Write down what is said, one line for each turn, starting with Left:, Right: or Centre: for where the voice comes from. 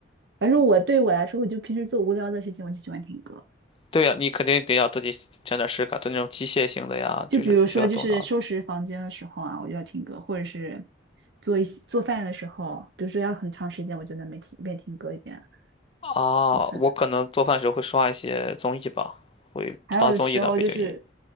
Right: 反正我对我来说，我就平时做无聊的事情，我就喜欢听歌。
Left: 对呀、你肯定得要自己整点事干，就那种机械性的呀，
Right: 就比如说，
Left: 就是不需要动脑的。
Right: 就是收拾房间的时候啊，我就要听歌，或者是做一些做饭的时候，比如说要很长时间，我就能没听一边听歌一边
Left: 哦，
Right: 做饭。
Left: 我可能做饭的时候会刷一些综艺吧，会当综艺的背景音。
Right: 还有的时候就是，